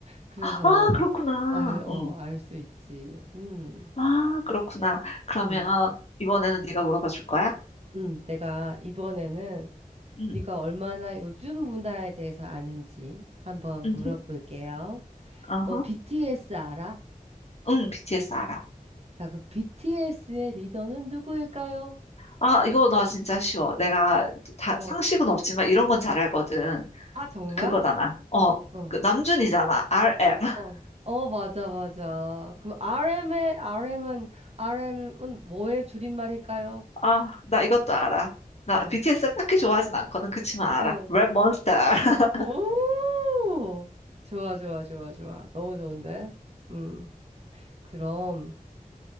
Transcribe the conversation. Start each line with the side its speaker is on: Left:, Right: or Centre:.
Right: 그래서,
Left: 아, 그렇구나.
Right: 알, 어,
Left: 응.
Right: 알 수 있지. 음.
Left: 아, 그렇구나. 그러면
Right: 음,
Left: 이번에는 네가 물어봐 줄 거야?
Right: 음, 내가 이번에는
Left: 응.
Right: 네가 얼마나 요즘 문화에 대해서 아는지 한번
Left: 응
Right: 물어볼게요.
Left: 어허.
Right: 너 BTS 알아?
Left: 응, BTS 알아.
Right: 자, 그럼 BTS의 리더는 누구일까요?
Left: 아, 이거 나 진짜 쉬워. 내가 다,
Right: 어.
Left: 상식은 없지만 이런 건 잘 알거든.
Right: 아, 정말?
Left: 그거잖아. 어,
Right: 어.
Left: 그 남준이잖아. RM. <laughs>
Right: 어, 어, 맞아, 맞아. 그럼 RM의, RM은, RM은 뭐의 줄임말일까요?
Left: 아, 나 이것도 알아. 나
Right: 어,
Left: BTS를 딱히 좋아하진 않거든. 그치만 알아.
Right: 응.
Left: 레몬스터. <laughs>
Right: 오! 좋아, 좋아, 좋아, 좋아. 너무 좋은데? 음, 그럼.